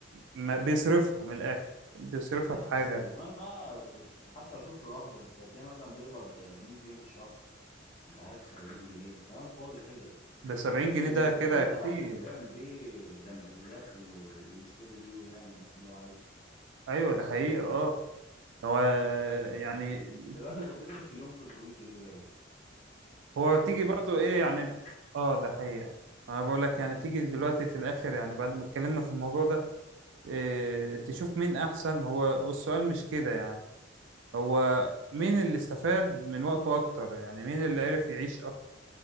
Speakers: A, on the right; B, on the left.
A: ما بيصرفها من الاخر بيصرفها
B: ماشي
A: في حاجه
B: بس زمان بقى ت- حتى لو شفت القبض انت تلاقي مثلا بيقبض آه، 100 جنيه في الشهر مش عارف 70 جنيه كلام فاضي كده
A: ب 70
B: بس
A: جنيه
B: بالنسبة
A: ده كده
B: له
A: كتير
B: ده كان بيعمل بيه جمعيات و... ويشتري بيه ويعمل اللي هو عايزه
A: ايوه ده حقيقي اه هو يعني
B: دلوقتي
A: تيجي
B: انت بتصرف في اليوم 300 جنيه باين
A: هو تيجي
B: يعني يمكن
A: برضو
B: اقل
A: ايه
B: حاجة
A: يعني
B: اساسا
A: اه ده حقيقي انا بقول لك يعني تيجي دلوقتي في الاخر يعني بعد ما اتكلمنا في الموضوع ده إيه تشوف مين احسن هو السؤال مش كده يعني هو مين اللي استفاد من وقته اكتر يعني مين اللي عرف يعيش أكتر